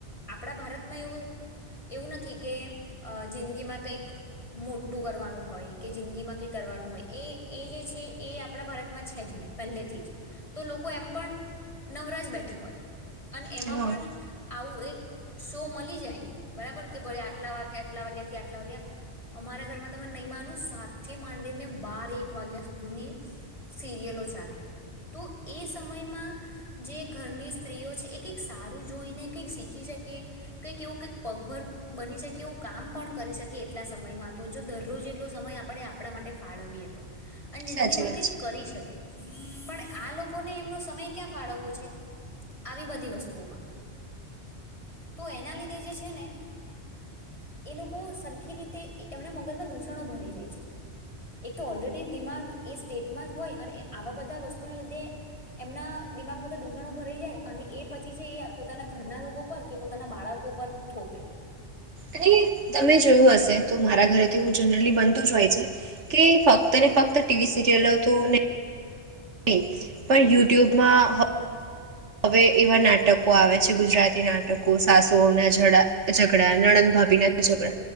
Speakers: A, on the left; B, on the right.
A: આપણા ભારતમાં એવું એવું નથી કે જિંદગીમાં કંઈક મોટું કરવાનું હોય કે જિંદગીમાં કંઈક કરવાનું હોય એ એ જે છે એ આપણા ભારતમાં છે જ નહીં પહેલેથી જ તો લોકો એમ પણ નવરાજ બેઠા હોય અને એમાં
B: હા
A: પણ આવું એક શો મળી જાય બરાબર કે ભ આટલા વાગ્યા આટલા વાગ્યા થી આટલા વાગ્યા અમારા ઘરમાં તમે નહીં માનો સાથે માંડીને બાર એક વાગ્યા સુધીની સિરિયલો ચાલે તો એ સમયમાં જે ઘરની સ્ત્રીઓ છે એ કંઈક સારું જોઈને કઈક શીખી શકે કંઈક એવું કઈક પગભર બની શકે એવું કામ પણ કરી શકે એટલા સમયમાં તો જો દરરોજ એટલો સમય આપણે આપણા માટે ફાળવીએ તો અને જિંદગી
B: સાચી
A: માં
B: વાત
A: કંઈક
B: છે.
A: કરી શકે પણ આ લોકો ને એમનો સમય ક્યાં ફળો આવી બધી વસ્તુમાં. તો એના લીધે જે છે ને એ લોકો સરખી રીતે એમના મગજમાં દૂષણો ભરાઈ જાય છે. એક તો ઓલરેડી દિમાગ એ સ્ટેટમાં જ હોય. અને આવા બધા વસ્તુના લીધે એમના. દિમાગ બધા દૂષણો ભરાઈ જાય. અને એ પછી છે. એ પોતાના ઘરના લોકો પર કે પોતાના બાળકો પર થોપે.
B: અને તમે જોયું હશે તો મારા ઘરે તો એવું જનરલી બનતું જ હોય છે. કે ફક્ત ને ફક્ત ટીવી સિરિયલો તો નહી. નહી પણ યુટ્યુબમાં. હવે એવા નાટકો આવે છે. ગુજરાતી નાટકો સાસુઓના ઝઘડા, નણંદ ભાભી ના ઝઘડા.